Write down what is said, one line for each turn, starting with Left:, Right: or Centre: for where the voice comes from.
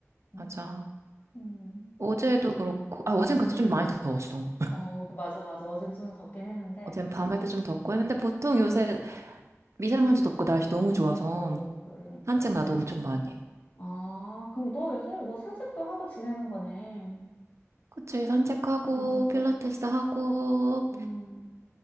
Left: 음.
Right: 맞아.
Left: 음.
Right: 어제도 그렇고, 아, 어젠 근데 좀 많이 더웠어.
Left: 어, 맞아, 맞아. 어젠 좀 덥긴 했는데,
Right: 어젠 밤할 때 좀 덥고 했는데 보통 요새 미세먼지도 없고 날씨 너무 좋아서
Left: 어, 그러니까.
Right: 산책 나도 엄청 많이 해.
Left: 아, 그럼 너 요즘에 뭐 산책도 하고 지내는 거네. 응,
Right: 그치, 산책하고,
Left: 음,
Right: 필라테스 하고,
Left: 음.